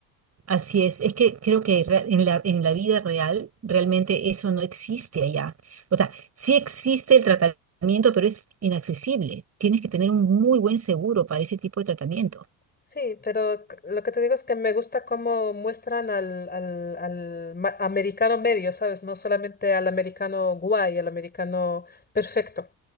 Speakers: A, on the right (about 35°); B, on the left (about 20°).
A: Así es, es que creo que rea- en la, en la vida real realmente eso no existe allá. O sea, sí existe el tratamiento, pero es inaccesible. Tienes que tener un muy buen seguro para ese tipo de tratamiento.
B: Sí, pero c- lo que te digo es que me gusta cómo muestran al, al, al ma- americano medio, ¿sabes? No solamente al americano guay, al americano perfecto.